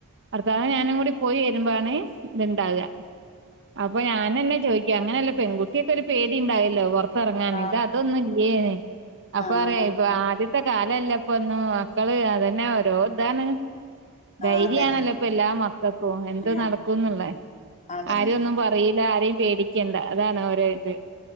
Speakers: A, on the right; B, on the left.
A: ഭർത്താവും ഞാനും കൂടി പോയി വര്മ്പാണ് ഇത് ഇണ്ടാക. അപ്പൊ ഞാനന്നെ ചോദിക്കാ, അങ്ങനെയല്ല പെൺകുട്ട്യേക്കൊരു പേടി ഇണ്ടാവില്ലേ പൊറത് ത്തെറങ്ങാന്.
B: ആഹ്
A: ഇത് അതൊന്നുല്ല്യേന്ന്. അപ്പൊ
B: ആഹ്
A: പറയ ഇപ്പൊ ആദ്യ ത്തെ കാലല്ല ഇപ്പൊ ഒന്നു മക്കള് അതന്നെ ഓരോ ഇതാണ്. ധൈര്യാണല്ലോ
B: ആഹ് അതന്നെ
A: ഇപ്പ എല്ലാ മക്കക്കും എന്ത്
B: ആഹ്
A: നടക്കുന്നുള്ള
B: അതന്നെ
A: ആരും ഒന്നും പറയി ല്ലാരെയും പേടിക്കണ്ട അതാണ് ഓരോ ഇത്.